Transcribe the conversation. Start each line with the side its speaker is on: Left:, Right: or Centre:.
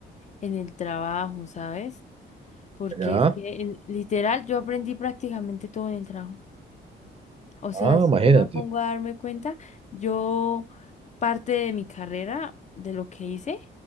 Left: en el trabajo, ¿sabes? Porque
Right: Ya.
Left: es que en- literal yo aprendí prácticamente todo en el trabajo. O sea,
Right: Ah,
Left: si
Right: imagínate.
Left: yo me pongo a darme cuenta, yo parte de mi carrera, de lo que hice,